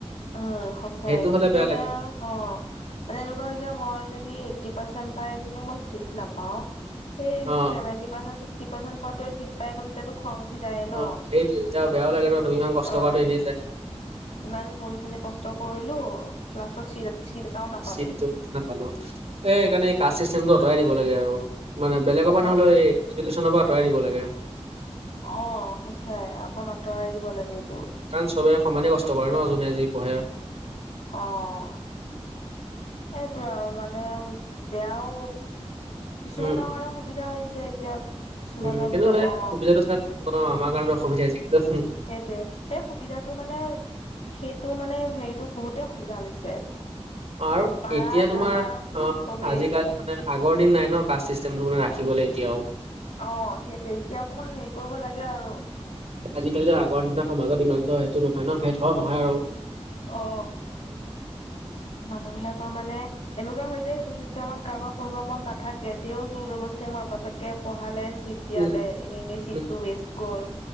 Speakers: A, on the left (about 75°); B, on the right (about 70°).
A: উম সঁচাই
B: সেইটো
A: সটোত
B: হলে বেয়া
A: মানে
B: লাগে
A: আও অ মানে এনেকুৱা হৈছে মই যদি এইটটি পাৰ্চেন্ট পাই যদি মই চিট নাপাও সেই
B: অ
A: চেভেন্তি পাৰ্চেন্ট ছিক্সিটি পাৰ্চেন্ট পোৱাটোৱে চিট পাই গলে টো, তেতিয়া খং উঠি যায়ে ন
B: অঁ সেইটো এতিয়া বেয়া লাগে ন তুমি ইমান কষ্ট
A: অ
B: কৰাটো এনেই যায়।
A: ইমান পঢ়ি শুনি কষ্ট কৰিলো, লাষ্টত চি চিত এটাও নাপালো।
B: চিটটো নাপালো, হেই সেইণে কাষ্ট চিষ্টেমটো আঁতৰাই দিব লাগে আৰু মানে বেলেগৰ
A: অ
B: পৰা নহলো হলে এই এডুকেশ্যনৰ পৰা আঁৰাই দিব লাগে।
A: অঁ সচাই অকণ আঁতৰাই দিব লাগে এইবোৰ
B: উম কাৰণ চবে সমানে কষ্ট কৰে ন, যোনে যি পঢ়ে।
A: অঁ সেইটোৱে আৰু মানে বেয়াও। কিছুমানৰ
B: উম
A: কাৰণেও সুবিধা হৈছে এতিয়া। কিছুমানৰ
B: উম, তেনেহ'লে
A: বোলে অ
B: সুবিধাটো চা আমাৰ কাৰণত অসুবিধা হৈছে কিন্তু
A: সেইটোয়ে, সেই সুবিধাটো মানে সেইটো মানে হেৰিতটো বহুতে সুবিধা লৈছে।
B: আৰু
A: পাৰা
B: এতিয়া তোমাৰ
A: জানা
B: অঁ
A: চবেই
B: আজিকালি মানে আগৰ দিন নাই ন কাষ্ট চিষ্টেমটো মানে ৰাখিবলৈ এতিয়াও।
A: অঁ সেইটোৱে এতিয়া অকমান হেৰি কৰিব লাগে আৰু।
B: আজিকালি আগৰ দিনা সমাজত ইমানতো সেইটো নহয় ন, ভেদ ভাও নহয় আৰু।
A: অ মানুহ বিলাকৰ মানে। এনেকুৱা হয় যে সেইটো চিষ্টেমত কাৰোবাৰ পঢ়িব মন নাথাকে, তেওঁ যোৰ যবস্তি মাক বাপেক কে পঢ়ালে ছিট দিয়ালে,
B: উম
A: এনেই এনেই চিটটো
B: উম
A: ৱেষ্ট গ'ল।